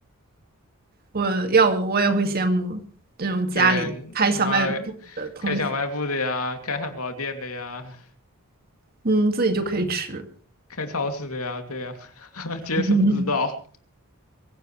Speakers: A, on the right; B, on the left.
A: 我要我我也会羡慕这种家里开小卖部的同学，
B: 对，什么开小卖部的呀，开汉堡店的呀，
A: 嗯，自己就可以吃。
B: 开超市的呀，对呀，<laughs> 坚守之道，
A: <laughs>